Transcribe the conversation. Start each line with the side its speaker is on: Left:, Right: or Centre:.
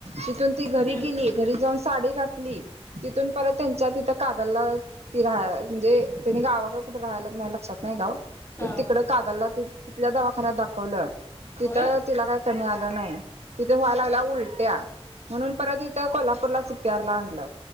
Right: तिथून ती घरी
Left: हम्म
Right: गेली घरी जाऊन साडी घात ली तिथून परत त्यांच्या तिथं कागलला ती राहा म्हणजे त्यांनी गावाकड कुठ राहायला माझ्या लक्षात नाही गाव
Left: हा
Right: ते तिकडं कागलला तिथं तिथल्या दवाखान्यात दाखवलं. तिथं
Left: होय
Right: तिला काय कमी आलं नाही. तिथे व्हायला लागला उलट्या म्हणून परत इथं कोल्हापूरला सि पी आर ला आणलं.